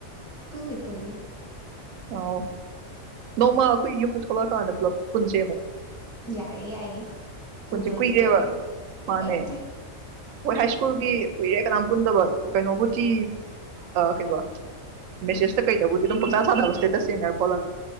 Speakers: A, in the centre; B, on the right.
A: ꯄꯨꯜꯂꯤ ꯄꯨꯜꯂꯤ꯫
B: ꯑꯣ ꯅꯣꯡꯃ ꯑꯩꯈꯣꯏ ꯌꯨꯝꯗ ꯊꯣꯛꯂꯛꯑꯀꯥꯟꯗ ꯄꯨꯂꯞ ꯄꯨꯟꯖꯦꯕ꯫
A: ꯌꯥꯏ ꯌꯥꯏ
B: ꯄꯨꯟꯁꯦ
A: ꯎꯗꯕꯁꯨ
B: ꯀꯨꯏꯔꯦꯕ
A: ꯀꯨꯏꯔꯦ <unintelligible>
B: ꯃꯥꯅꯦ ꯍꯣꯏ ꯍꯥꯏ ꯁ꯭ꯀꯨꯜꯒꯤ ꯀꯨꯏꯔꯦ ꯀꯅꯥꯝ ꯄꯨꯟꯗꯕ ꯀꯩꯅꯣꯕꯨꯗꯤ ꯀꯩꯕ ꯃꯦꯁꯦꯁꯇ ꯀꯩꯗꯕꯨꯗꯤ ꯑꯗꯨꯝ ꯄꯪꯁꯥ ꯁꯥꯅꯕ ꯏꯁꯇꯦꯇꯁ ꯌꯦꯡꯅ ꯈꯣꯠꯂꯒ